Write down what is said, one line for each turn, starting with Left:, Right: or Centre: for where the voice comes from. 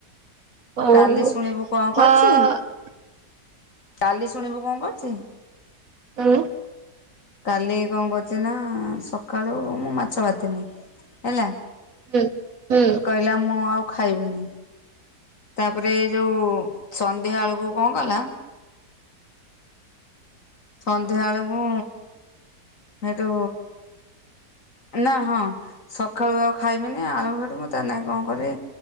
Right: ଓହୋ
Left: କାଲି ଶୁଣିବୁ କଣ
Right: ହଁ
Left: କରିଚି? କାଲି ଶୁଣିବୁ କଣ କରିଚି?
Right: ଉଁ।
Left: କାଲି କଣ କରୁଚି ନା! ସକାଳୁ ମୁଁ ମାଛ ବାତିନି। ହେଲା,
Right: ହୁଁ ହୁଁ
Left: କହିଲା ମୁଁ ଆଉ ଖାଇବିନି? ତା'ପରେ ଏ ଯୋଉ ସନ୍ଧ୍ୟା ଅଳକୁ କଣ କଲା? ସନ୍ଧ୍ୟା ଅଳକୁଁ ହେଠୁଁ ନା ହଁ, ସକାଳୁ ଆଉ ଖାଇବିିନି ଆଳୁ ଫାଟୁ ମୁଁ ତା ନା ଗି କଣ କଲି?